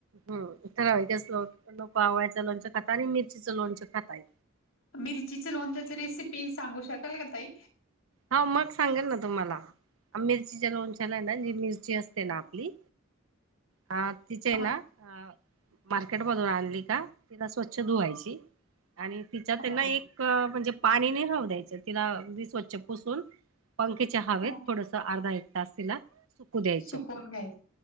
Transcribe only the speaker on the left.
मिरचीचे लोणच्याची रेसिपी सांगू शकाल का ताई.
ह
हो
हो
सुकवून घ्यायच.